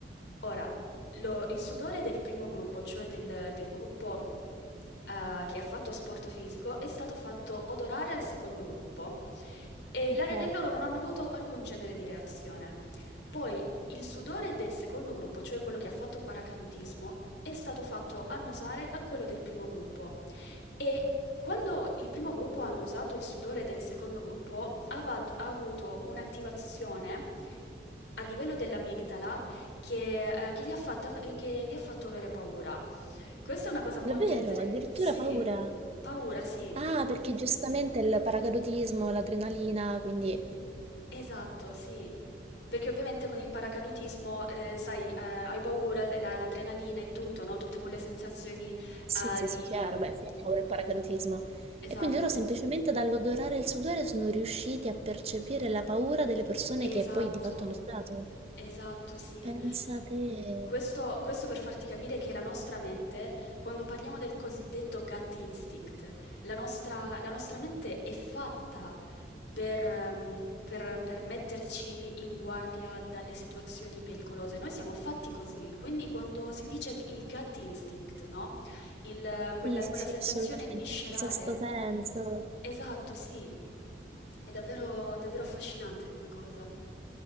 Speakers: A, on the left (about 75°); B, on the right (about 35°).
A: Ora, lo il sudore del primo gruppo, cioè del del gruppo, ehm, che ha fatto sport fisico, è stato fatto odorare al secondo gruppo e
B: Ok.
A: la re e loro non hanno avuto alcun genere di reazione. Poi il sudore del secondo gruppo, cioè quello che ha fatto paracadutismo, è stato fatto annusare a quello del primo gruppo e quando il primo gruppo ha annusato il sudore del secondo gruppo, ava- ha avuto un'attivazione a livello dell'amigdala che, eh, che gli ha fatta- che gli ha fatto avere paura. Questa è una cosa molto
B: Davvero,
A: interessante.
B: addirittura
A: Sì,
B: paura.
A: paura, sì.
B: Ah, perché giustamente il paracadutismo, l'adrenalina, quindi...
A: Esatto, sì. Perché ovviamente con il paracadutismo, eh, sai, eh, hai paura, la- l'adrenalina e tutto, no? Tutte quelle sensazioni,
B: Sì,
A: eh,
B: sì,
A: di...
B: sì, chiaro,
A: mm,
B: beh, fa paura il paracadutismo.
A: Esatto.
B: E quindi loro semplicemente dall'odorare il sudore sono riusciti a percepire la paura delle persone
A: Esatto,
B: che poi di fatto hanno sudato.
A: esatto, sì.
B: Pensate.
A: Questo, questo per farti capire che la nostra mente, quando parliamo del cosiddetto gut instinct, la nostra, la nostra mente è fatta per, ehm, per- per metterci in guardia dalle situazioni pericolose. Noi siamo fatti così, quindi quando si dice il gut instinct, no? Il- quella,
B: Sì, sì,
A: quella
B: sì,
A: sensazione
B: assolutamente.
A: viscerale.
B: Il sesto senso.
A: Esatto, sì. È davvero, davvero affascinante come cosa.